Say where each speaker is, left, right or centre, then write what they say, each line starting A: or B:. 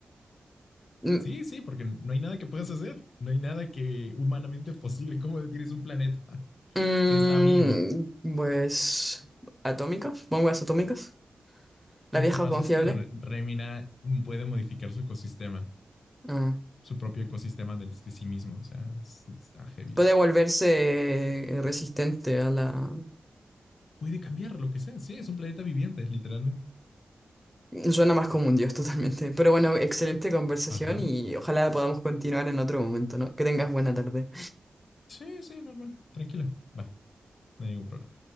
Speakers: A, in the centre; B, on the left.
A: Mm,
B: Sí, sí, porque no hay nada que puedas hacer, no hay nada que humanamente posible. ¿Cómo detienes un planeta
A: mm,
B: que está vivo?
A: pues... ¿Atómicos? ¿Bombas atómicas? ¿La
B: Lo
A: vieja
B: que pasa
A: confiable?
B: es que Re- Remina puede modificar su ecosistema,
A: Ah.
B: su propio ecosistema de, de sí mismo. O sea, es- está heavy.
A: puede volverse eh, resistente a la...
B: Puede cambiar lo que sea. Sí, es un planeta viviente, literalmente.
A: Suena más como un dios <laughs> totalmente. Pero bueno, excelente conversación
B: Ajá.
A: y ojalá podamos continuar en otro momento, ¿no? Que tengas buena tarde.
B: Sí, sí, normal. Tranquila. Va, no hay ningún problema.